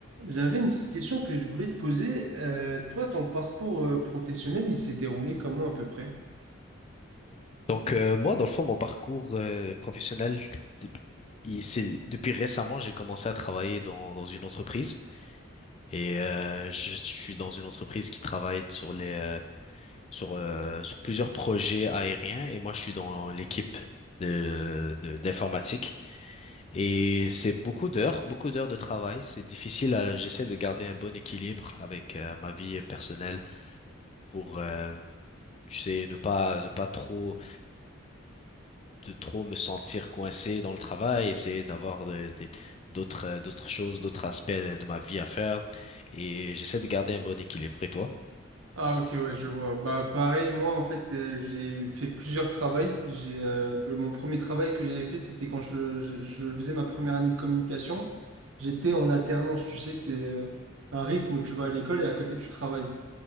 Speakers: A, on the right; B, on the left.
A: J'avais une petite question que je voulais te poser. Euh, toi, ton parcours euh, professionnel, il s'est déroulé comment à peu près?
B: Donc, euh, moi, dans le fond, mon parcours euh, professionnel, de- il- c'est depuis récemment, j'ai commencé à travailler dans, dans une entreprise et euh, je, je suis dans une entreprise qui travaille sur les euh, sur euh, sur plusieurs projets aériens et moi, je suis dans l'équipe de, de- d'informatique et c'est beaucoup d'heures, beaucoup d'heures de travail. C'est difficile. à- j'essaie de garder un bon équilibre avec euh, ma vie personnelle pour euh, tu sais ne pas ne pas trop de trop me sentir coincé dans le travail, essayer d'avoir des- des- d'autres, euh, d'autres choses, d'autres aspects de ma vie à faire. Et j'essaie de garder un bon équilibre. Et toi?
A: Ah ok, ouais, je vois. Bah pareil, moi en fait, euh, j'ai fait plusieurs travails. J'ai euh, mon premier travail que j'avais fait, c'était quand je, je- je faisais ma première année de communication. J'étais en alternance, tu sais, c'est euh, un rythme où tu vas à l'école et à côté tu travailles.